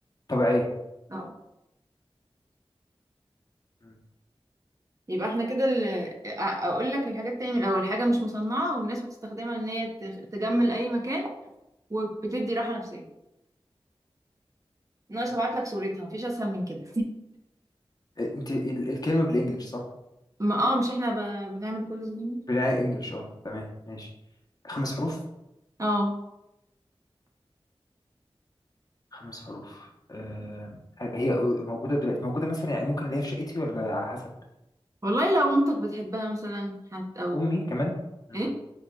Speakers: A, on the left; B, on the right.
A: طبيعيه
B: اه
A: مم.
B: يبقى احنا كده ال- أ- اقول لك الحاجات تاني من الاول حاجه مش مصنعه والناس بتستخدمها ان هي تخ- تجمل اي مكان وبتدي راحة نفسية ناقص
A: مم.
B: ابعت لك صورتها مفيش اسهل من كده
A: انت ال- الكلمه بالانجلش صح
B: ما اه مش احنا ب... بنعمل كله بالانجلش
A: بالانجلش اه تمام ماشي خمس حروف
B: اه
A: خمس حروف أه هي موجودة دلوقتي موجودة مثلا يعني ممكن ألاقيها في شقتي ولا على حسب
B: والله لو مامتك بتحبها مثلا حت او
A: أمي كمان مم.
B: ايه